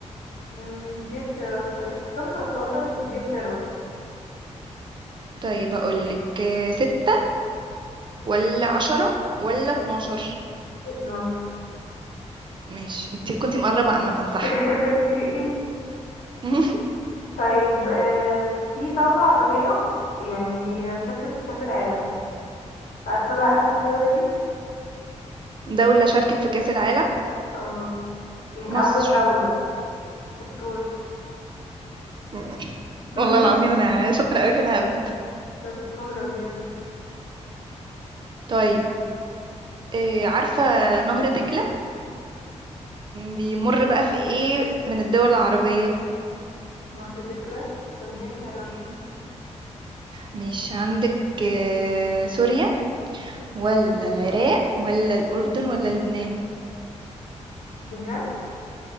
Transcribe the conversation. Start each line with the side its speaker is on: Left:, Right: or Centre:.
Left: أمم، دي اختيارات طيب حسام 13 بس دي اختيارات
Right: طيب هقول لك آه، ستة ولا عشرة ولا اتناشر
Left: 12
Right: ماشي انت كنت مقربة عامة
Left: <laughs>
Right: صح
Left: اوكي
Right: <laughs>
Left: طيب آه، في دولة عربية يعني هي شاركت في كأس العالم عارفة بقى انهي الدولة دي؟
Right: دولة شاركت في كأس العالم
Left: اه يعني
Right: مصر
Left: أول دولة شطور
Right: <laughs>
Left: <laughs>
Right: والله العظيم انا شاطرة قوي في الهبد
Left: شطورة بجد
Right: طيب آه، عارفة نهر دجلة بيمر بقى في ايه من الدول العربية
Left: نهر دجلة طب دي اختيارات
Right: مم. مش عندك آه، سوريا ولا العراق ولا الأردن ولا لبنان
Left: لبنان